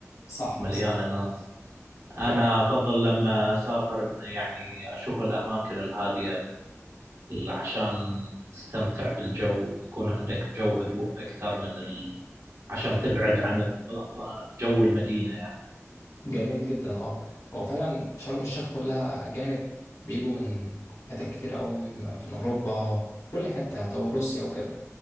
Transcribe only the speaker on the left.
صح
صح
فعلا
جميل جدا اه هو فعلا شرم الشيخ كلها أجانب بيجوا من حتت كتير قوي من أوروبا كل حتة يعتبر روسيا وكده